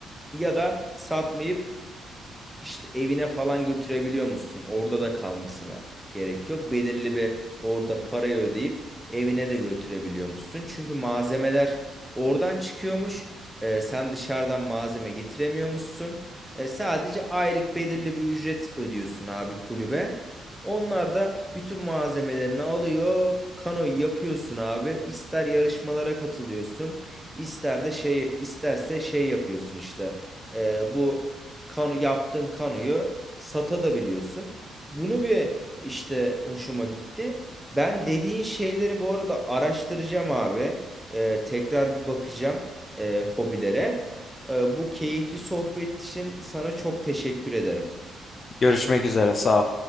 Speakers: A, in the centre; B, on the left.
A: ya da satmayıp işte evine falan götürebiliyor musun? Orada da kalmasına gerek yok. Belirli bir orada parayı ödeyip evine de götürebiliyor musun? Çünkü malzemeler oradan çıkıyormuş. Ee, sen dışarıdan malzeme getiremiyormuşsun. Ee, sadece aylık belirli bir ücret ödüyorsun abi kulübe. Onlar da bütün malzemelerini alıyor. Kanoyu yapıyorsun abi. İster yarışmalara katılıyorsun, ister de şey isterse şey yapıyorsun işte. Ee, bu Kano, yaptığın kanoyu sata da biliyorsun. Bunu bir işte hoşuma gitti. Ben dediğin şeyleri bu arada araştıracağım abi. Ee, tekrar bir bakacağım e, hobilere. Ee, bu keyifli sohbet için sana çok teşekkür ederim.
B: Görüşmek üzere, sağ ol.